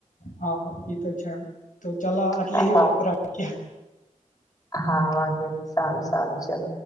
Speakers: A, on the left; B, on the left.
A: હા એ તો છે તો ચાલો આટલી
B: હા હા
A: વાત કર્યા.
B: હા વાંધો નહી સારું સારું ચલો